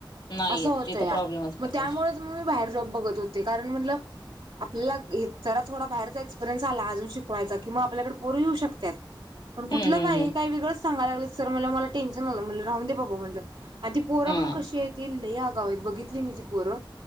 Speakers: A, on the left; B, on the right.
A: नाही
B: अस होत
A: ते
B: या.
A: तर प्रॉब्लेमच
B: मग
A: पडतो
B: त्यामुळेच मग मी बाहेर जॉब बघत होते. कारण म्हणल आपल्याला जरा थोडा बाहेरचा एक्सपिरियन्स आला अजून शिक वायचा कि आपल्याकडे पोर येऊ शकतात. पण
A: हम्म
B: कुठल
A: हम्म
B: काय हे काय वेगळच सांगा लागले सर म्हटल मला टेन्शन आल. राहून दे बाबा म्हटल ते पोर
A: हम्म
B: पण
A: हा.
B: कशी ये लयी आगावु. बघितली मी ती पोर.